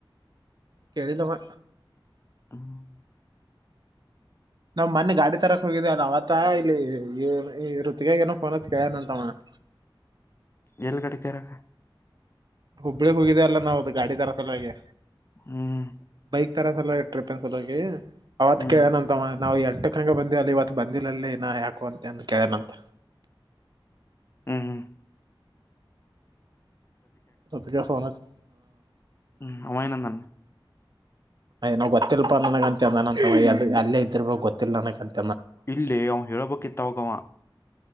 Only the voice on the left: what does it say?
ಹ್ಮ
ಎಲ್ಲಿ ಕಡತರಕ್ಕ
ಹ್ಮ್
ಹ್ಮ್
ಹ್ಮ್ ಹ್ಮ್
ಹ್ಮ ಅವ ಏನ್ನಂದನ್ನ
ಇಲ್ಲೇ ಅವ್ ಹೇಳಬೇಕಿತ್ತವಗವ